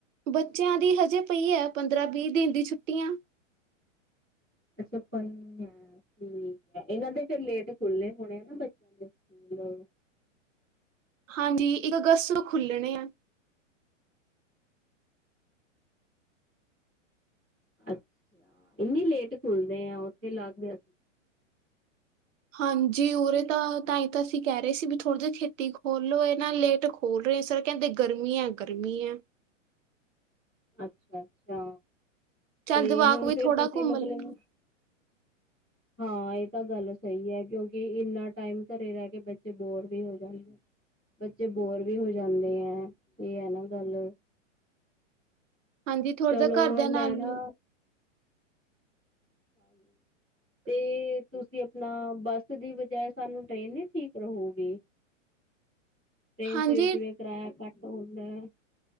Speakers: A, on the right; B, in the centre.
A: ਬੱਚੇਆਂ ਦੀ ਹਜੇ ਪਈ ਐ, ਪੰਦਰਾਂ ਬੀ ਦਿਨ ਦੀ ਛੁੱਟੀਆਂ।
B: <unintelligible> ਠੀਕ ਐ, ਏਨਾ ਦੇ ਫੇਰ ਲੇਟ ਖੁਲਨੇ ਹੋਣੇ ਆ ਨਾ, ਬੱਚੇਆਂ ਦੇ ਸੁਕੂਲ।
A: ਹਾਂਜੀ, ਇੱਕ ਅਗਸਤ ਨੂ ਖੁੱਲਣੇ ਆ।
B: ਅੱਛਾ, ਏਨੀਂ ਲੇਟ ਖੁੱਲਦੇਂ ਆਂ ਉਥੇ ਲੱਗ ਰੇਆ
A: ਹਾਂਜੀ, ਉਰੇ ਤਾਂ ਤਾਂਈ ਤਾਂ ਸੀ ਕੈ ਰੇ ਸੀ ਬੀ ਥੋੜ ਜੇ ਛੇਤੀ ਖੋਲ ਲੋ ਏ ਨਾ ਲੇਟ ਖੋਲ ਰਏ ਸਰ ਕੈਂਦੇ ਗਰਮੀ ਐ ਗਰਮੀ ਐ।
B: ਅੱਛਾ, ਅੱਛਾ
A: ਚੱਲ
B: ਤੇ
A: ਜਵਾਕ
B: ਹੁਣ
A: ਵੀ
B: ਫੇਰ
A: ਥੋੜਾ
B: ਤੁਸੀ
A: ਘੁੰਮ
B: ਮਤਲਬ
A: ਲੈਣ
B: <inaudible> ਹਾਂ ਏ ਤਾਂ ਗੱਲ ਸਈ ਐ, ਕੇਓ ਕਿ ਇੰਨਾ ਟਾਈਮ ਘਰੇ ਰੈਹ ਕੇ ਬੱਚੇ ਬੋਰ ਵੀ ਹੋ ਜਾਂਦੇ ਆ। ਬੱਚੇ ਬੋਰ ਵੀ ਹੋ ਜਾਂਦੇ ਐਂ, ਏ ਆ ਨਾ ਗਾੱਲ।
A: ਹਾਂਜੀ, ਥੋੜਾ
B: ਚਲੋ
A: ਜਿ ਘਰਦਿਆਂ
B: ਮੈਂ
A: ਨਾਲ
B: ਨਾ <unintelligible>
A: ਵੀ।
B: ਤੁਸੀਂ ਅਪਨਾ, ਬੱਸ ਦੀ ਵਜਾਏ ਸਾਨੂੰ ਟ੍ਰੇਨ ਨੀ ਠੀਕ ਰਹੂਗੀ? ਟ੍ਰੇਨ
A: ਹਾਂਜੀ
B: ਚ ਜਿਵੇਂ ਕਰਾਯਾ ਘੱਟ ਹੋਂਦੈ।